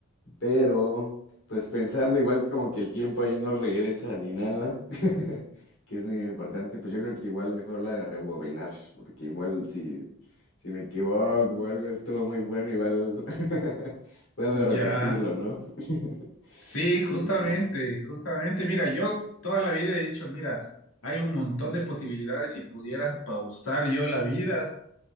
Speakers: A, on the left; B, on the left.
A: Pero, pues pensando igual como que el tiempo ahí no regresa ni nada, <laughs> que es muy importante, pues yo creo que igual mejor la de rebobinar, porque igual si, si me equivoco o algo estuvo muy bueno, igual <laughs> puedo repetirlo,
B: ya.
A: ¿no? <laughs>
B: Sí,
A: Sí,
B: justamente,
A: sí.
B: justamente. Mira, yo toda la vida he dicho, mira, hay un montón de posibilidades si pudiera pausar yo la vida.